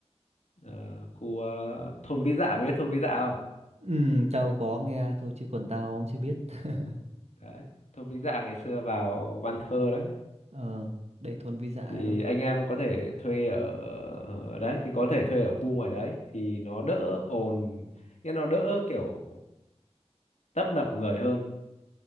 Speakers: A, on the left; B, on the right.
A: ờ, khu ờ, thôn Vĩ Dạ mày biết thôn Vĩ Dạ không
B: ừ tao có nghe thôi chứ còn tao cũng chưa biết <laughs>
A: đấy thôn Vĩ Dạ ngày xưa vào Văn Thơ đấy
B: ờ đây thôn vi dạ
A: thì
B: đúng không
A: anh em có thể thuê ở ở đấy thì có thể thuê ở khu ngoài đấy thì nó đỡ ồn nghĩa nó đỡ kiểu tấp nập người hơn